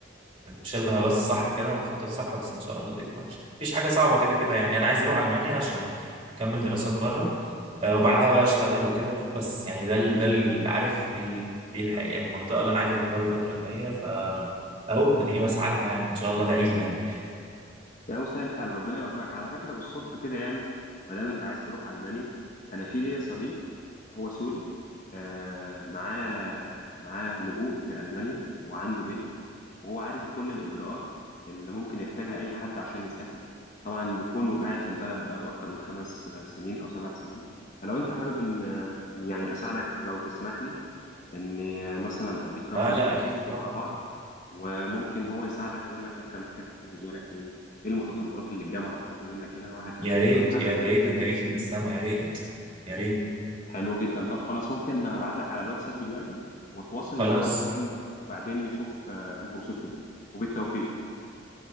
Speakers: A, on the right; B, on the left.
A: نشيلها بس صح كده ونخطط صح بس إن شاء الله تكمل مفيش حاجة صعبة كده كده يعني أنا عايز أروح ألمانيا عشان أكمل دراسات بره آه، وبعدها بقى أشتغل وكده بس يعني ده ال... ده ال... عارف دي ال... دي الح... يعني المنطقة اللي أنا عايز أروح لها الفترة الجاية ف أهو أديني بسعى لها يعني إن شاء الله ادعي لي يعني
B: يا مسهل الحال ربنا يوفقك على فكرة بالصدفة كده يعني ما دام انت عايز تروح ألمانيا انا في ليا صديق هو سوري آه معاه معاه لجوء في ألمانيا وعنده بيت وهو عارف كل الإجراءات اللي ممكن يحتاجها أي حد عشان يسافر طبعا بكونه قاعد في البلد بقاله أكتر من خمس آه، سنين أو سبع سنين فلو أنت حابب إن آه، إن يعني أساعدك لو تسمح لي إني آه، مثلا أديك رقم
A: لا لا
B: وتتواصلوا
A: أكيد طبعا
B: مع بعض وممكن هو يساعدك يقول لك انت محتاج تجهز ورق ايه ايه المتطلبات اللي الجامعه هتطلبها منك هنا وهكذا
A: يا ريت
B: لو حابب
A: يا ريت ده أنت جيت لي من السما يا ريت يا ريت
B: حلو جدا طب خلاص ممكن هبعت لك على الواتساب دلوقتي واتواصل
A: خلاص
B: معاه وبعدين وبعدين نشوف آه، انت وصلتوا لايه وبالتوفيق